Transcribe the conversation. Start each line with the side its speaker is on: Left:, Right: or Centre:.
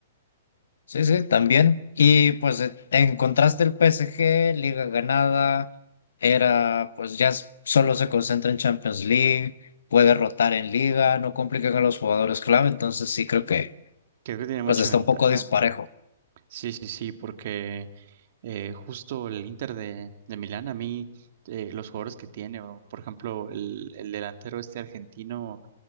Left: Sí, sí, también. Y pues e- en contraste el PSG, liga ganada, era pues ya s- solo se concentra en Champions League, puede rotar en liga, no complican a los jugadores clave, entonces sí creo que
Right: Creo que tiene
Left: pues
Right: mucha
Left: está
Right: ventaja.
Left: un poco disparejo.
Right: Sí, sí, sí, porque eh, justo el Inter de, de Milán, a mí, eh, los jugadores que tiene, o por ejemplo, el, el delantero este argentino,